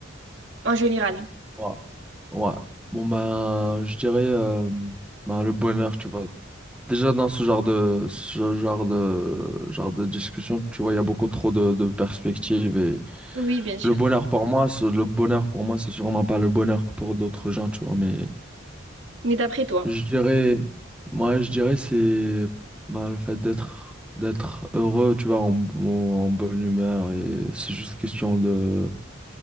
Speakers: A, on the right (about 60°); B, in the centre.
A: En général.
B: Ouais. Ouais. Bon, ben, je dirais euh, ben, le bonheur, tu vois. Déjà, dans ce genre de, ce genre de, genre de discussion, tu vois, il y a beaucoup trop de, de perspectives. Et
A: Oui, bien sûr.
B: le bonheur pour moi, c'est- le bonheur pour moi, c'est sûrement pas le bonheur pour d'autres gens, tu vois, mais.
A: Mais d'après toi.
B: Je dirais, moi, je dirais c'est bah, le fait d'être d'être heureux, tu vois, en, en- en bonne humeur et c'est juste question de